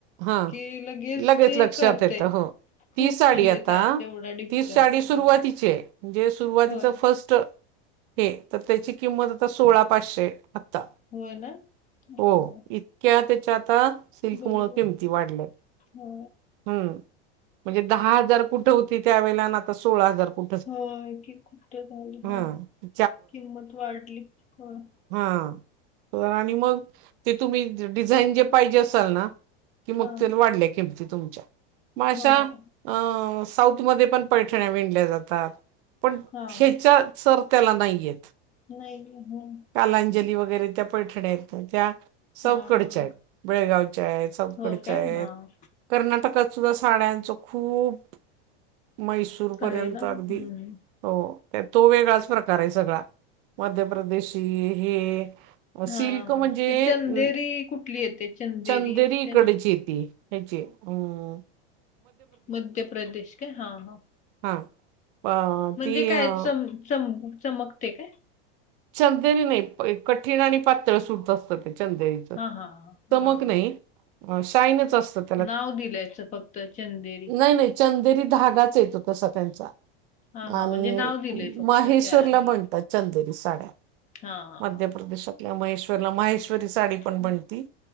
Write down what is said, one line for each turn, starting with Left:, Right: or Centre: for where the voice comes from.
Right: हा
Left: की
Right: लगेच
Left: ते
Right: लक्षात
Left: कळतय
Right: येतं,. हं ती
Left: खूप
Right: साडी
Left: म्हणजे
Right: आता,
Left: त्यात तेवढा डिफरन्स
Right: ती साडी
Left: आहे
Right: सुरुवातीची
Left: होय
Right: आहे, म्हणजे सुरुवातीचं
Left: होय.
Right: फर्स्ट हे तर त्याची किंमत आता सोळा पाचशे, आत्ता
Left: होय ना? हां.
Right: हो इ त्या त्याचे आता सिल्कमुळं
Left: बरोबर
Right: किमती वाढल्यात
Left: हा
Right: हम्म म्हणजे दहा हजार कुठं होती त्यावेेळेला आण आता सोळा हजार कु
Left: हो की कुट झाली,
Right: हां
Left: हो किंमत वाढली होय.
Right: हा तर आणि मग ते तुम्ही डिझाईन जे पाहिजे असाल ना कि मग
Left: हां.
Right: ते वाढल्या किमती तुमच्या मग अशा
Left: होय.
Right: अ साऊथमध्ये पण पैठण्या विणल्या जातात, पण
Left: हां.
Right: हेच्या सर त्याला नाही येत.
Left: नाही अं हं
Right: कालांजली वगैरे त्या पैठण्यात येत त्याच्या साऊथ
Left: हां.
Right: कडच्या हेत, बेळगावच्या ये, साऊथकडच्या
Left: हो काय?
Right: येत.
Left: हां.
Right: कर्नाटकात सुद्धा साड्यांचं खूप मैसू सुरपर्यंत
Left: आहे ना?
Right: अगदी
Left: हं.
Right: हो त्यात तो वेगळाच प्रकार आहे सगळा, मध्य प्रदेशी हे सिल्क
Left: हा, हा
Right: म्हणजे
Left: ती चंदेरी
Right: अं,
Left: कुठली येते?
Right: चंदेरी
Left: असते
Right: इकडची
Left: ना?
Right: येती ह ची अम्
Left: मध्य प्रदेश का हा हां.
Right: हा अ
Left: म्हणजे
Right: ती
Left: काय
Right: अं,
Left: चम- चम चमकते काय?
Right: चंदेरी नाही कठीण आणि पातळ सुत असत ते चंदेरीच
Left: हां, हां, हां.
Right: चमक
Left: हां, हां.
Right: नाही. अं शाईनिच असतात.
Left: नाव दिलायचं फक्त चंदेरी.
Right: नाही नाही चंदेरी धागाच येतो तसा त्यांचा.
Left: हां, हां.
Right: अन्
Left: म्हणजे नाव दिलंय फक्त
Right: माहेश्वरला
Left: त्या ह्याला.
Right: बनतात. चंदेरी साड्या,
Left: हां, हां,
Right: मध्य
Left: हां.
Right: प्रदेशातल्या महेश्वरला माहेश श्वरी साडी पण बनती,
Left: होय.